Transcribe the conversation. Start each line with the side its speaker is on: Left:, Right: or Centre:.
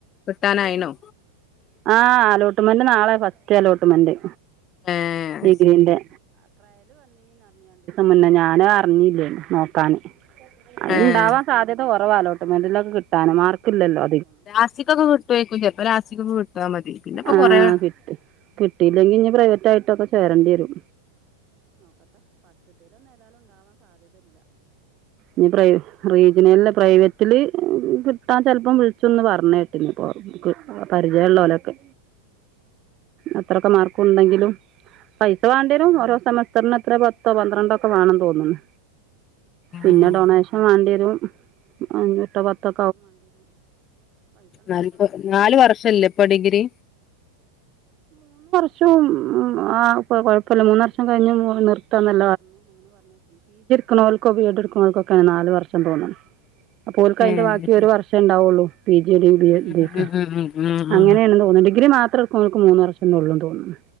Left: കിട്ടാനായിണോ
Right: ആ അലോട്ട്മെന്റ് നാളെ ഫസ്റ്റ് അലോട്ട്മെന്റ്.
Left: ഏഹ് അത്
Right: ഡിഗ്രിന്റെ
Left: ശരി
Right: മുന്നെ ഞാനും അറിഞ്ഞില്ലേ നോക്കാന്. അത്ണ്ടാവാ
Left: ഏഹ്
Right: സാധ്യത കുറവ അലോട്ട്മെന്റിലൊക്ക കിട്ടാന്. മാർക്ക് ഇല്ലല്ലോ
Left: ലാസ്റ്റിക്കൊക്കെ കിട്ടൊയ്ക്കും ചെൽപ്പം ലാസ്റ്റ്ക്കൊക്കെ കിട്ടാമതി പിന്നെ ഇപ്പൊ
Right: ആഹ്
Left: കൊറെ
Right: കിട്ടി കിട്ടിയില്ലെങ്കി ഇനി പ്രൈവറ്റ് ആയിട്ടൊക്കെ ചേരണ്ടി വരും നീ പ്രൈ ഇല്ല പ്രൈവറ്റില് കിട്ടാൻ ചെൽപ്പം വിളിച്ചൊന്ന് പറഞ്ഞേക്ക് ഇനി ഇപ്പൊ <unintelligible> പരിചയള്ളാ ലൊക്കെ അത്രൊക്കെ മാർക്കുണ്ടെങ്കിലും <unintelligible> പത്തോ പന്ത്രണ്ടോ ഒക്കെ വേണംന്ന് തോന്നുന്നു.
Left: ഉം
Right: പിന്നെ ഡൊണേഷൻ വാണ്ടിരും പ്പം അഞ്ച് എട്ടോ പത്തൊ
Left: നല്പ്പോ നാലു വർഷല്ലെ ഇപ്പൊ ഡിഗ്രി?
Right: മ്മ്മ് ആ കുഴപ്പല്ല മൂന്നർഷം കഴിഞ്ഞ് നിർത്താന്ന് ക്ണോൽക്കോ ബി എ ഡ് എട്ക്കണോൽക്കൊക്കെയാണ് നാല് വർഷംപോണം അപ്പോൽക്ക അതിന്റെ
Left: ഏഹ്
Right: ബാക്കി <unintelligible>
Left: അത് ശരി. ഉം ഉം ഉം ഉം ഉം
Right: അങ്ങനെയാണ് തോന്നണ്ട് ഡിഗ്രി മാത്രം <unintelligible> മൂന്ന് വർഷംന്നുള്ളൂ തോന്നുന്നു.